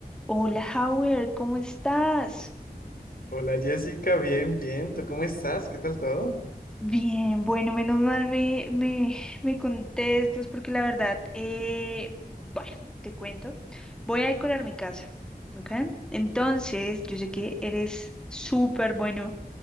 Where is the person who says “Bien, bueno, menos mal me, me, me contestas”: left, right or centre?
Centre